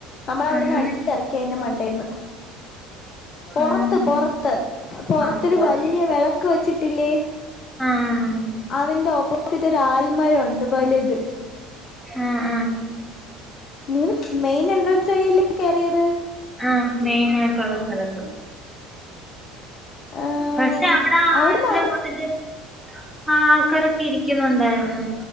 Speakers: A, on the left; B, in the centre.
A: നമ്മളെ അവിടുന്ന്
B: അങ്ങനെ
A: അടിച്ചു ഇറക്കി അതിന്റെ മണ്ടേന്ന്. പുറത്ത്
B: ആഹ്
A: പുറത്ത് പുറത്തൊരു
B: ആ പൊറ
A: വലിയ വിളക് ക്ക് വെച്ചി ട്ടില്ലെ
B: ആഹ്
A: അതിന്റെ ഓപ്പോസിറ്റ് ഒരു ആൽമരം ഉണ്ട് വലുത്.
B: ആഹ് ആഹ്.
A: നിങ്ങൾ മെയിൻ എൻട്രൻസ് വഴിയല്ലേ കേറിയത്.
B: ആഹ് മെയിൻ ആയിട്ടുള്ള സ്ഥലത്ത്.
A: ഏഹ്
B: പക്ഷെ അവിട
A: അവിടുന്ന്
B: ആലിന്റ
A: അടു
B: മൂട്ടില് ആഹ് ആൾക്കാരൊക്കെ ഇരിക്കുന്നുണ്ടായിരുന്നു.